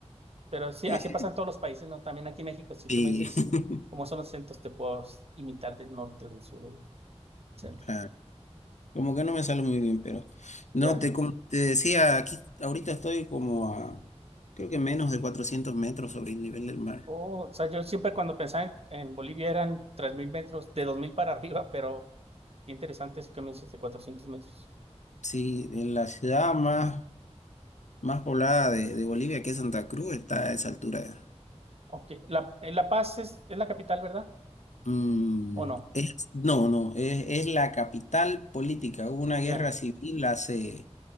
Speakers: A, on the right; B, on the left.
A: pero sí,
B: Eh,
A: así pasa en todos los países, ¿no? También aquí en México, si
B: Sí,
A: tú me dices
B: <laughs>
A: cómo son los centros, te puedo imitar del norte, del sur, o del centro.
B: claro. Como que no me sale muy bien, pero... No,
A: Ya.
B: te, como te decía, aquí ahorita estoy como a... Creo que menos de 400 metros sobre el nivel del mar.
A: Oh, o sea, yo siempre cuando pensaba en, en Bolivia eran 3.000 metros, de 2.000 para arriba, pero... Qué interesante eso que me dices de 400 metros.
B: Sí, en la ciudad más, más poblada de, de Bolivia, que es Santa Cruz, está a esa altura.
A: Ok, La, eh, La Paz es, es la capital, ¿verdad?
B: Mm,
A: ¿O no?
B: es- no, no, es, es la capital política. Hubo una guerra
A: Ya,
B: civil hace